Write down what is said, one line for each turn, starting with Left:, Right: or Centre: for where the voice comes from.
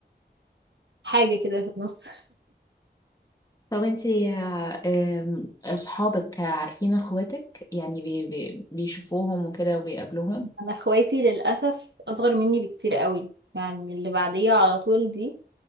Right: حاجة كده في النص
Left: طب انتي آه، آم، اصحابك عارفين اخواتك يعني بي بي بيشوفوهم وكده وبيقابلوهم
Right: <laughs> انا اخواتي للأسف اصغر مني بكتير قوي يعني اللي بعديها على طول دي